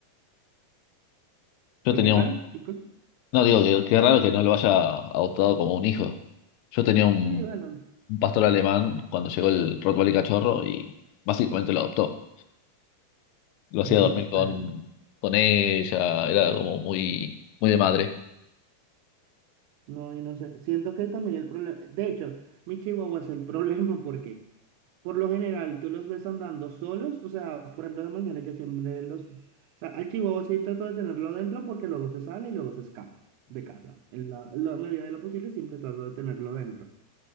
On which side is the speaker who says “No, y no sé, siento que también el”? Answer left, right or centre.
Right